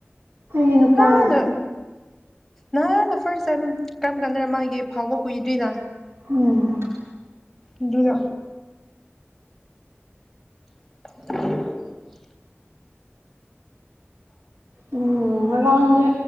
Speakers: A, on the right; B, in the centre.
A: <unintelligible> ꯅꯨꯄꯥꯅꯦ
B: ꯍꯥꯟꯅ ꯅꯍꯥꯟꯅ ꯐꯥꯔꯁ ꯇꯥꯏꯝ ꯀꯔꯝ ꯀꯥꯟꯗꯅ ꯃꯥꯒꯤ ꯐꯥꯎꯕ ꯀꯨꯏꯗ꯭ꯔꯤꯅ
A: ꯎꯝ
B: ꯑꯗꯨꯅ <inaudible>
A: ꯎꯝ ꯉꯔꯥꯡꯗꯤ